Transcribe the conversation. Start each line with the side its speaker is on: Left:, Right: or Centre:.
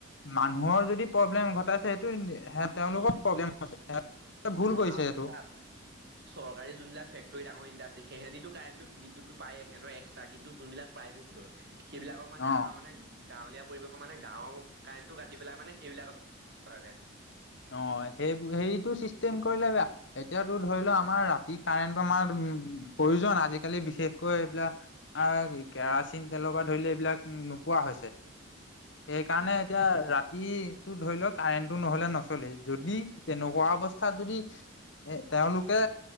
Left: মানুহৰ যদি প্ৰব্লেম ঘটাইছে সেইটো হে তেওঁলোকৰ প্ৰব্লেম হৈছে সেইটো ভুল
Right: উম
Left: কৰিছে।
Right: আৰু
Left: সেইটো
Right: তাৰ চৰকাৰী যোনবিলাক ফেক্টৰী ডাঙৰ ইণ্ডাষ্ট্ৰি সিহতিতো কাৰেণ্টটো বিদ্যুতটো পায়েই সিহঁতৰ এছ তাৰ কিন্তু যোনবিলাক প্ৰাইভেট ধৰ, সেইবিলাক মানে
Left: অ
Right: আমাৰ মানে গাঁৱলীয়া পৰিৱেশৰ মানে গাঁৱৰ কাৰেণ্টটো কাটি পেলাই মানে সেইবিলত <unintelligible> হয় কাৰেণ্টটো
Left: অ, সেই সেইটো, চিষ্টেম কৰিলে বেয়া। এতিয়াতো ধৰি লোৱা আমাৰ ৰাতি কাৰেণ্টৰ আমাৰ, প্ৰয়োজন আজিকালি বিশেষকৈ এইবিলাক আহ, কেৰাচিন তেলৰ পৰা ধৰিলে, এইবিলাক নোপোৱা হৈছে। সেইকাৰণে
Right: উম
Left: এতিয়া ৰাতিটোৰ ধৰি লোৱা কাৰেণ্টটো নহ'লে ন চলে, যদি তেনেকুৱা অৱস্থাত যদি এ, তেওঁলোকে